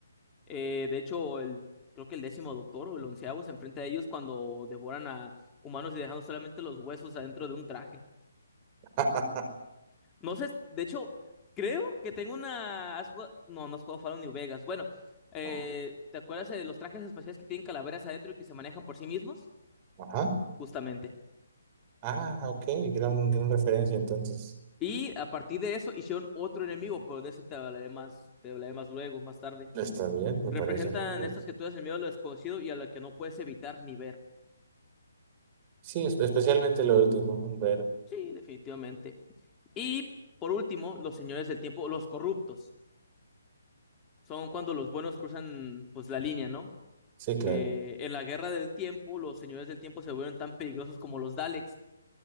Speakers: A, on the left; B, on the right.
A: Eh, de hecho, el, creo que el décimo doctor o el onceavo se enfrenta a ellos cuando devoran a humanos y dejando solamente los huesos adentro de un traje.
B: <laughs>
A: No sé, de hecho, creo que tengo una... ¿has jugado- No, no has jugado Fallout New Vegas. Bueno, eh,
B: No,
A: ¿te acuerdas de los trajes espaciales que tienen calaveras adentro y que se manejan por sí mismos?
B: Ajá.
A: Justamente.
B: Ah, ok, gran, gran referencia entonces.
A: Y a partir de eso hicieron otro enemigo, pero de ese te hablaré más, te hablaré más luego, más tarde.
B: Está bien, me
A: Representan
B: parece muy bien.
A: estas criaturas el miedo a lo desconocido y a lo que no puedes evitar ni ver.
B: Sí, es- especialmente lo último, ver
A: Sí, definitivamente. Y por último, los señores del tiempo, los corruptos. Son cuando los buenos cruzan pues la línea, ¿no?
B: Sí, claro.
A: Eh, en la guerra del tiempo, los señores del tiempo se vuelven tan peligrosos como los Daleks.